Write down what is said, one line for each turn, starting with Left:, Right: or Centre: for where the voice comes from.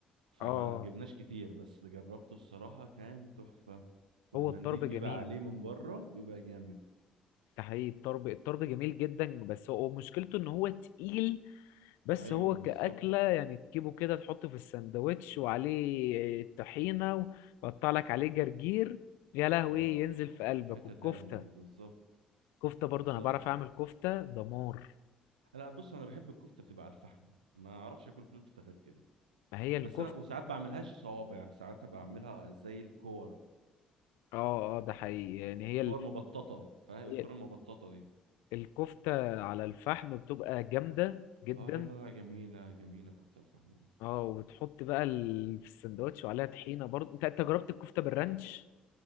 Right: فما
Left: اه
Right: جبناش كتير بس جربته الصراحة كان تحفة والمنديل
Left: هو الطرب جميل
Right: بيبقى عليه من بره بيبقى جامد
Left: ده حقيقي الطرب الطرب جميل جدا بس هو مشكلته ان هو تقيل بس
Right: ايوه
Left: هو كأكلة
Right: بالظبط
Left: يعني تجيبه كده تحطه في الساندوتش وعليه طحينة وقطع لك عليه جرجير يا لهوي
Right: اه
Left: ينزل في قلبك
Right: حتة
Left: والكفتة
Right: تاني بالظبط
Left: كفتة برضو
Right: بالظبط
Left: انا بعرف
Right: الكفتة
Left: اعمل كفتة دمار
Right: لا بص انا بحب الكفتة بتبقى على الفحم ما اعرفش اكل كفتة غير كده
Left: ما هي
Right: يا
Left: الكفتة
Right: بس انا وساعات بعملهاش صوابع يعني ساعات بعملها زي الكور
Left: اه اه ده حقيقي يعني هي
Right: كور
Left: ال...
Right: مبططة فاهم
Left: هي
Right: الكرة المبططة دي
Left: الكفتة على الفحم بتبقى جامدة جدا
Right: اه لا لا لا جميلة جميلة كفتة الفحم دي
Left: اه وبتحط بقى ال... في السندوتش وعليها طحينة برضو انت انت جربت الكفتة بالرانش